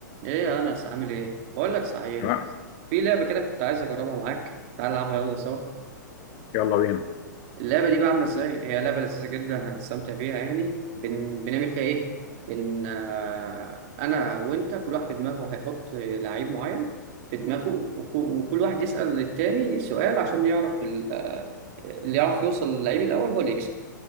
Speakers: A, on the right; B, on the left.
A: ايه يا انس عامل ايه بقول لك صحيح
B: تمام
A: في لعبه كده كنت عايز اجربها معاك تعال نلعبها يلا سوا
B: يلا بينا
A: اللعبه دي بقى عامله ازاي هي لعبه لذيذه جدا هتستمتع بيها يعني بن... بنعمل فيها ايه بن آه، انا وانت كل واحد في دماغه هيحط لعيب معين في دماغه وك... وكل واحد يسأل للتاني سؤال عشان يعرف ال... آه، اللي يعرف يوصل للعيب الاول هو اللي يكسب